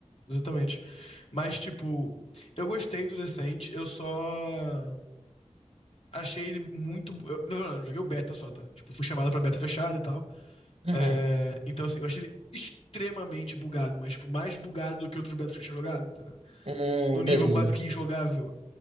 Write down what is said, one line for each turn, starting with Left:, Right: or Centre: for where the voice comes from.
Left: Exatamente. Mas, tipo, eu gostei do Descent, eu só achei ele muito. eu- não, não, eu joguei o beta só, tá? Tipo, fui chamado pra beta fechada e tal.
Right: Uhum.
Left: É, então, assim, eu achei ele extremamente bugado, mas, tipo, mais bugado do que outros betas que eu tinha jogado, entendeu?
Right: Hum,
Left: No
Right: entendi.
Left: nível quase que injogável.